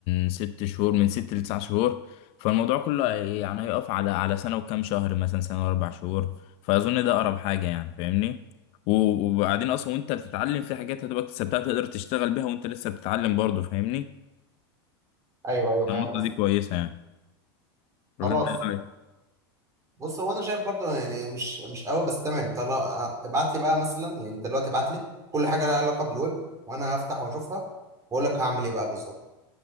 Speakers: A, on the left (about 45°); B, on the right (about 25°).
A: ست شهور من ست لتسع شهور فالموضوع كله هي- يعني هيقف على على سنة وكام شهر مثلا سنة واربع شهور فاظن ده اقرب حاجة يعني فاهمني و- وبعدين اصلا وانت بتتعلم في حاجات هتبقى اكتسبتها تقدر تشتغل بيها وانت لسه بتتعلم برضه فاهمني
B: ايوه ايوه فاهم
A: النقطة
B: قصدك
A: دي كويسة يعني ولا
B: خلاص
A: انت إيه رأيك؟
B: بص هو انا شايف برضو يعني مش مش قوي بس تمام طلع ابعت لي بقى مثلا يعني انت دلوقتي ابعت لي كل حاجه لها علاقه بالويب وانا هفتح واشوفها واقول لك هعمل ايه بقى بالظبط